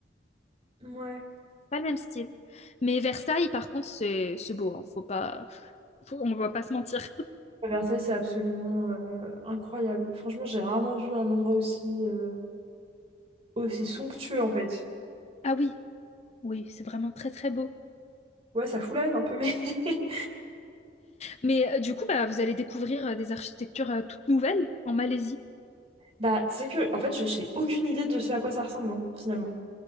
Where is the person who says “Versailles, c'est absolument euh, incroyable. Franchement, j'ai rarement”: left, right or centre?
Right